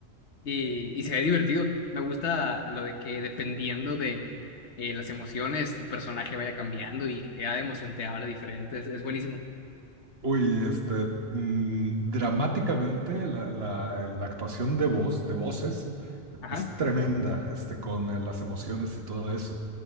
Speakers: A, on the left; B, on the right.
A: y, y se ve divertido. Me gusta lo de que dependiendo de eh, las emociones, tu personaje vaya cambiando y cada emoción te habla diferente. Es, es buenísimo.
B: uy, este, mm, dramáticamente la, la, la actuación de voz, de voces,
A: Ajá,
B: Es tremenda, este, con eh, las emociones y todo eso.